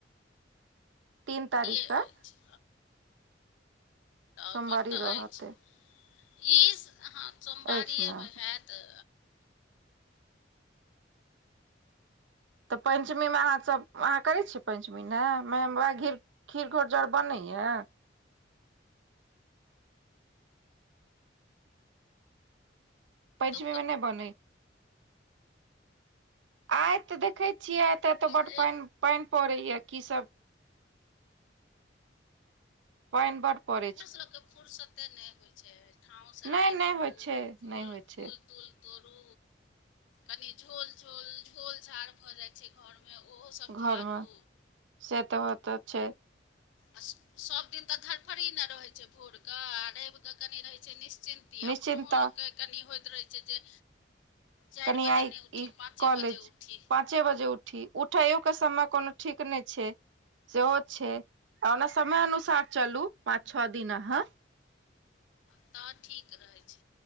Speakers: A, on the right; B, on the left.
A: तीन तारीख
B: इहे
A: क।
B: अछि हँ
A: सोमवारी
B: पड़तऽ
A: रहत
B: अछि। ई अहाँ सोमवारीएमे
A: अछि ने
B: हैत।
A: तऽ पञ्चमीमे अहाँसभ अहाँ करै छियै पञ्चमी ने, म हमरा बाबा घीर। खीर घोरजाउर बनैय। पञ्चमीमे
B: कतहु
A: नहि बनै आइ तऽ देखे छियै, आ ते
B: कतहु
A: एतय बड्ड पानि पानि पड़ै या, की सब पाइन बड पड़
B: फुरष लोकके फुर्स ओते नहि होइ छै, ठाँव सराइ
A: नहि नहि
B: करू,
A: होइ छै
B: फूल
A: नहि होइ
B: फूल
A: छै
B: -तूल तोड़ू, कनी झोल झोल झोल -झार भऽ जाय छै घरमे, ओहोसभ
A: घरमे
B: झाड़ू।
A: से तऽ होतऽ छै।
B: आ सब दिन तऽ धरफड़ी ने रहै छै भोरके, आ रैव कऽ कनि रहै छै निश्चिन्त।
A: निश्चिन्ता
B: अपनहो लोकके कनि होइत रहै छै जे चारि
A: कनि
B: बाजे
A: आइ
B: न उठी,
A: ई
B: पाँचे
A: कॉलेज
B: बजे ऊठी।
A: पाँचे बजे उठी, उठैयो के समय कोनो ठीक नहि छै। सेहो छै, आ ओना समय अनुसार चलू पाँच छओ दिन अहाँ।
B: सेहो ठीक रहै छै,